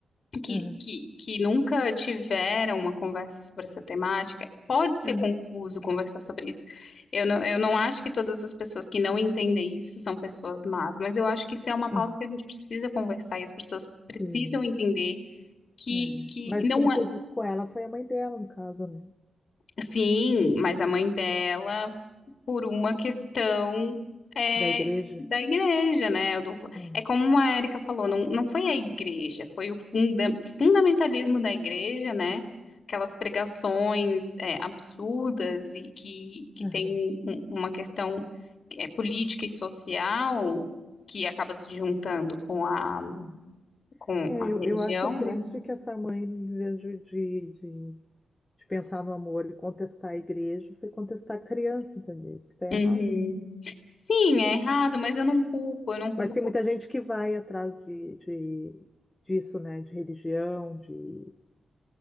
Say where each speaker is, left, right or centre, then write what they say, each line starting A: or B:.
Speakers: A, on the left (about 50°); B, on the left (about 15°).
A: que,
B: Aham.
A: que, que nunca tiveram uma conversa sobre essa temática, pode ser
B: Aham.
A: confuso conversar sobre isso. Eu não, eu não acho que todas as pessoas que não entendem isso são pessoas más, mas eu acho que isso é uma pauta
B: Aham.
A: que a gente precisa conversar e as pessoas
B: Sim.
A: precisam entender que,
B: É.
A: que
B: Mas
A: não
B: quem fez
A: é.
B: isso com ela foi a mãe dela, no caso, né?
A: Sim, mas a mãe dela por uma questão é,
B: Da igreja.
A: da igreja, né? do-
B: É.
A: é como a Érica falou, não, não foi a igreja, foi o funda- fundamentalismo da igreja, né? Aquelas pregações é, absurdas e que, que
B: Aham.
A: tem um- uma questão é, política e social que acaba se juntando com a,
B: Aham.
A: com
B: É,
A: a
B: eu,
A: religião,
B: eu acho triste
A: né?
B: que essa mãe, em vez de, de, de de pensar no amor e contestar a igreja, foi contestar a criança, entendeu? Isso que está errado,
A: Uhum.
B: né?
A: Sim, é errado, mas eu não culpo, eu não culpo
B: Mas tem
A: por
B: muita gente que vai atrás de, de- disso, né? De religião, de